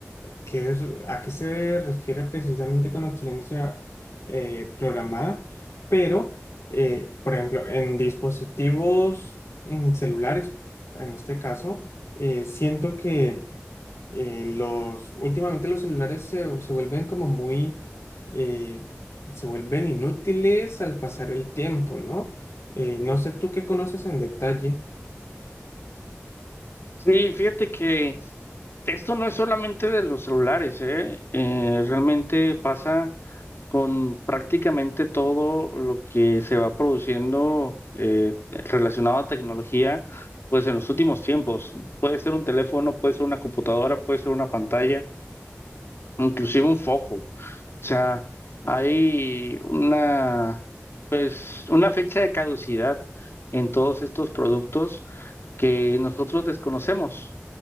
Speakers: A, on the left; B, on the left.
A: qué es- a qué se refiere precisamente con obsolescencia eh, programada, pero, eh, por ejemplo, en dispositivos mm, celulares, en este caso, eh, siento que eh, los, últimamente los celulares se, se vuelven como muy, eh, se vuelven inútiles al pasar el tiempo, ¿no? Eh, no sé tú qué conoces en detalle.
B: Sí, fíjate que esto no es solamente de los celulares, ¿eh? Eh, realmente pasa con prácticamente todo lo que se va produciendo eh, relacionado a tecnología, pues en los últimos tiempos. Puede ser un teléfono, puede ser una computadora, puede ser una pantalla, inclusive un foco. O sea, hay una, una fecha de caducidad en todos estos productos que nosotros desconocemos.